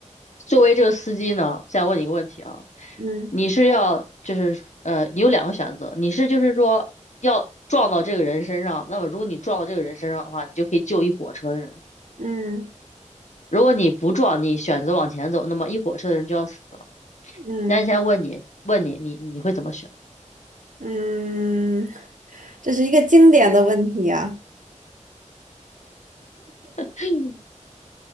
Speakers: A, on the left (about 65°); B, on the right (about 80°).
A: 作为这个司机呢，现在问你一个问题啊，
B: 嗯
A: 你是要就是呃你有两个选择，你是就是说要撞到这个人身上，那么如果你撞到这个人身上的话，你就可以救一火车的人。
B: 嗯
A: 如果你不撞，你选择往前走，那么一火车的人就要死了。
B: 嗯
A: 那现在问你，问你，你你会怎么选？
B: 嗯，这是一个经典的问题呀，
A: <clears throat>